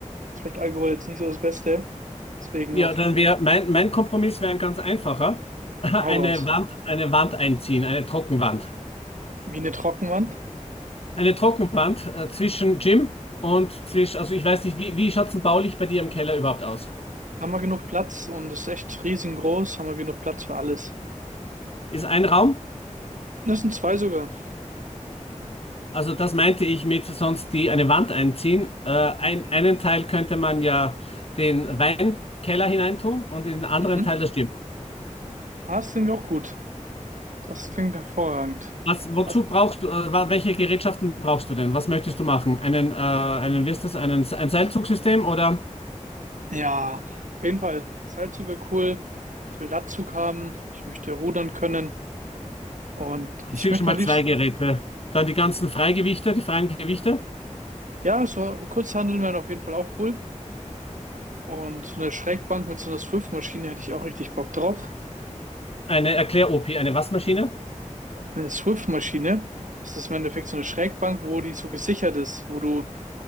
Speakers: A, on the right; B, on the left.
A: ist vielleicht Alkohol jetzt nicht so das Beste. Deswegen
B: Ja,
A: auf,
B: dann wäre mein, mein Kompromiss wäre ein ganz einfacher. <laughs> Eine
A: hau raus.
B: Wand, eine Wand einziehen, eine Trockenwand.
A: Wie eine Trockenwand.
B: Eine Trockenwand äh, zwischen Gym und zwischen, also ich weiß nicht, wie, wie schaut es denn baulich bei dir im Keller überhaupt aus?
A: Haben wir genug Platz und ist echt riesengroß. Haben wir genug Platz für alles.
B: Ist ein Raum?
A: Das sind zwei sogar.
B: Also das meinte ich mit sonst die eine Wand einziehen. Äh, ein, einen Teil könnte man ja den Weinkeller hineintun und in den anderen
A: Mhm.
B: Teil das Gym.
A: Ah, das klingt auch gut. Das klingt hervorragend.
B: Was, wozu
A: Was
B: brauchst du, äh, wa- welche Gerätschaften brauchst du denn? Was möchtest du machen? Einen, äh, einen, wie ist das, einen, ein Seilzugsystem oder?
A: Ja, auf jeden Fall. Seilzug wäre cool. Ich will Latzug haben. Ich möchte rudern können. Und
B: Das
A: ich
B: sind
A: möchte
B: schon mal
A: am liebsten,
B: zwei Geräte. Dann die ganzen Freigewichte, die freien Gewichte.
A: ja, so Kurzhanteln wären auf jeden Fall auch cool. Und so eine Schrägbank mit so einer Swift-Maschine hätte ich auch richtig Bock drauf.
B: Eine Erklär-OP, eine Waschmaschine.
A: Eine Swift-Maschine, das ist im Endeffekt so eine Schrägbank, wo die so gesichert ist, wo du